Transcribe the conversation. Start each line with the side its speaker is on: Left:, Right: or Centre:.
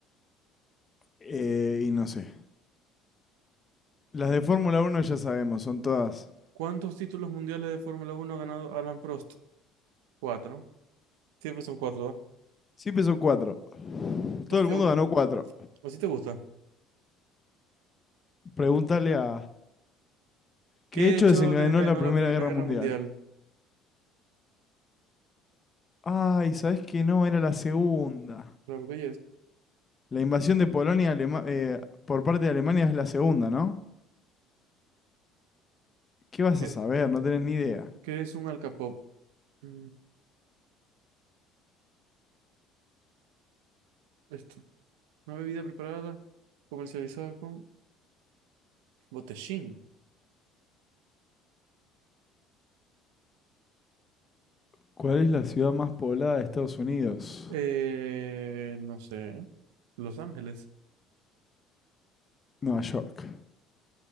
Left: eh, y no sé. Las de Fórmula Uno ya sabemos, son todas.
Right: ¿Cuántos títulos mundiales de Fórmula Uno ha ganado Alan Prost? Cuatro. Siempre son cuatro, ¿ah?
Left: Sí pesó cuatro.
Right: Así
Left: Todo el
Right: te,
Left: mundo
Right: gu-
Left: ganó cuatro.
Right: así te gusta.
Left: Pregúntale a...
Right: ¿Qué
Left: ¿Qué hecho
Right: hecho
Left: desencadenó
Right: desencadenó
Left: la Primera
Right: la Primera
Left: Guerra
Right: Guerra
Left: Mundial?
Right: Mundial?
Left: Ay, ¿sabés que no? Era la segunda.
Right: Claro que
Left: La invasión de Polonia a Alema- eh, por parte de Alemania es la segunda, ¿no? ¿Qué vas
Right: es.
Left: a saber? No tenés ni idea.
Right: ¿Qué es un alcapop? Mm, Esto, una bebida preparada, comercializada con botellín.
Left: ¿Cuál es la ciudad más poblada de Estados Unidos?
Right: Eh, no sé. Los Ángeles.
Left: Nueva York.